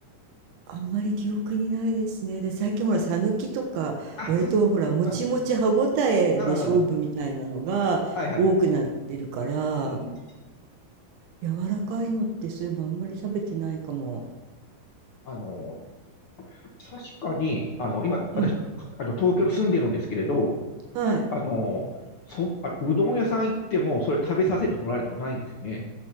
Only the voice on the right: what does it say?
あんまり記憶にないですね。で、最近ほら、さぬきとか、
割とほら、
もちもち歯ごたえで勝負みたいなのが多くなってるから、
柔らかいのってそういえばあんまり食べてないかも。
うん。
はい。
う